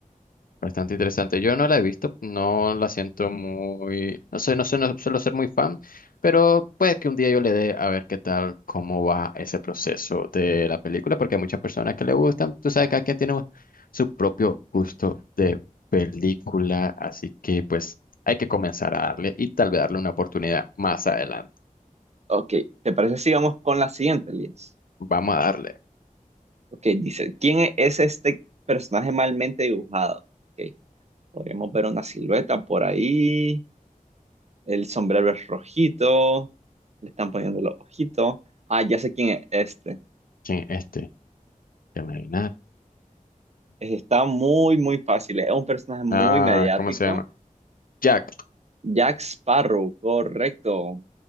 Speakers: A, on the left; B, on the right.
A: Bastante interesante. Yo no la he visto, no la siento muy, no sé, no sé, no suelo ser muy fan, pero puede que un día yo le dé a ver qué tal, cómo va ese proceso de la película, porque hay muchas personas que le gustan. Tú sabes que cada quien tiene un- su propio gusto de película, así que pues hay que comenzar a darle y tal vez darle una oportunidad más adelante.
B: Ok, ¿te parece si vamos con la siguiente, Elías?
A: Vamos a darle.
B: Ok, dice, ¿quién es este personaje malmente dibujado? Ok, podríamos ver una silueta por ahí, el sombrero es rojito, le están poniendo los ojitos. Ah, ya sé quién es este.
A: Sí, este. Déjame adivinar.
B: Está muy, muy fácil. Es un personaje muy
A: Ah,
B: mediático.
A: ¿cómo se llama? Jack
B: Jack Sparrow, correcto.